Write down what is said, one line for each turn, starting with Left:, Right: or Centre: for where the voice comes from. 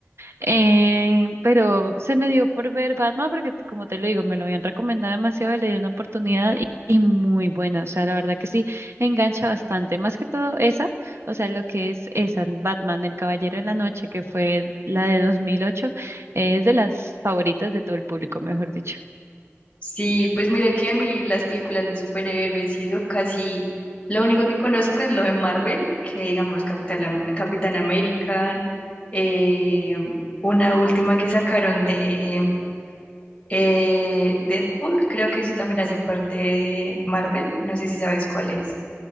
Right: Eh, pero se me dio por ver Batman porque, como te lo digo, me lo habían recomendado demasiado, y le di una oportunidad y, y muy buena. O sea, la verdad que sí, engancha bastante. Más que todo esa, o sea, lo que es esa, Batman, El Caballero de la Noche, que fue la de 2008, eh, es de las favoritas de todo el público, mejor dicho.
Left: Sí, pues mira que a mí las películas de superhéroes y eso casi lo único que conozco es lo de Marvel, que digamos Capital, Am- Capitán América, eh, una última que sacaron de eh, Deadpool, creo que eso también hace parte de Marvel, no sé si sabes cuál es.